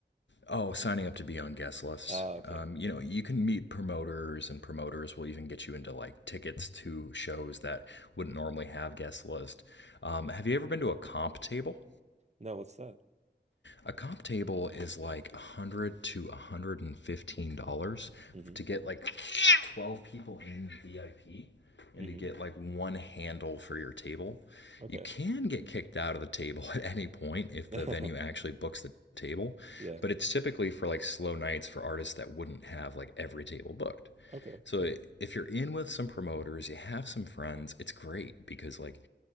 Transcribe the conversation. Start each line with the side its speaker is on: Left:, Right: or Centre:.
Left: Oh, signing up to be on guest lists.
Right: Ah, okay.
Left: Um, you
Right: Yeah.
Left: know, you can meet promoters, and promoters will even get you into like tickets to shows that wouldn't normally have guest lists. Um, have you ever been to a comp table?
Right: No, what's that?
Left: A comp table is like 100 to 115 dollars
Right: Mm-hmm.
Left: to get like 12 people in VIP
Right: Mm-hmm.
Left: and to get like one handle for your table.
Right: Okay.
Left: You can get kicked out of the table <laughs> at any point if
Right: <laughs>
Left: the venue actually books the table,
Right: Yeah.
Left: but it's typically for like slow nights for artists that wouldn't have like every table booked.
Right: Okay,
Left: So
Right: cool.
Left: if you're in with some promoters, you have some friends, it's great because like